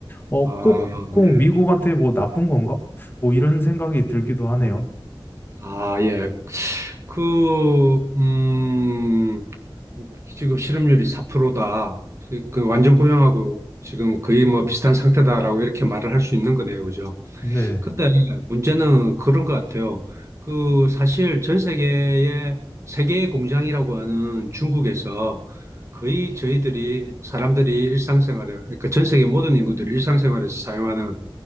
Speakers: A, on the left (about 25°); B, on the right (about 35°).
A: 어,
B: 아,
A: 꼭, 꼭
B: 네.
A: 미국한테 뭐 나쁜 건가? 뭐 이런 생각이 들기도 하네요.
B: 아, 예. 그, 음, 지금 실업률이 4%다. 그 완전 고용하고 지금 거의 뭐 비슷한 상태다라고 이렇게 말을 할 수 있는 거네요. 그죠?
A: 네.
B: 근데 문제는 그런 것 같아요. 그 사실 전 세계의 세계의 공장이라고 하는 중국에서 거의 저희들이 사람들이 일상생활에, 그러니까 전 세계 모든 인구들이 일상생활에서 사용하는